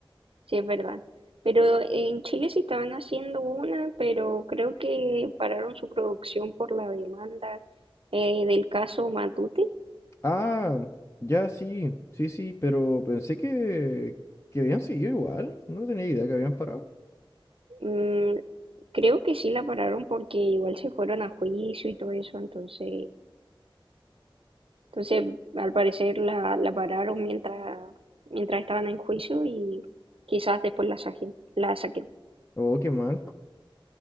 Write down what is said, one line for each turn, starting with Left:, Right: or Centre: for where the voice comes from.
Right: sí es verdad. Pero en Chile sí estaban haciendo una, pero creo que pararon su producción por la demanda eh, del caso Matute.
Left: Ah, ya sí, sí, sí, pero pensé que, que habían seguido igual. No tenía idea que habían parado.
Right: Mm, creo que sí la pararon porque igual se fueron a juicio y todo eso, entonces Entonces, al parecer la, la pararon mientras, mientras estaban en juicio y quizás después la saquen. La saquen.
Left: Oh, qué mal.